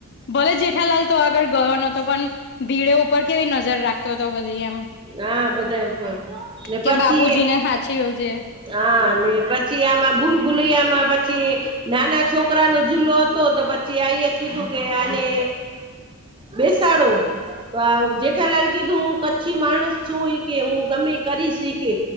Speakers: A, on the left (about 50°); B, on the right (about 20°).
A: પછી જેઠાલાલ તો આગળ ગયો નતો પણ ભીડે ઉપર કેવી નજર રાખતો હતો બધી એમ.
B: હા બધાંએ ઉપર ને
A: કે
B: પછી
A: બાપુજીને સાાચીયોજે
B: હા અને પછી આમાં ભૂલ-ભૂલૈયામાં પછી નાના છોકરા નો જુલો હતો પછી આઈ કીધું કે આને બેસાડો. તો જેઠાલાલ કીધું હું કચ્છી માણસ છું. કે હું ગમે કરીશ ઈ કે.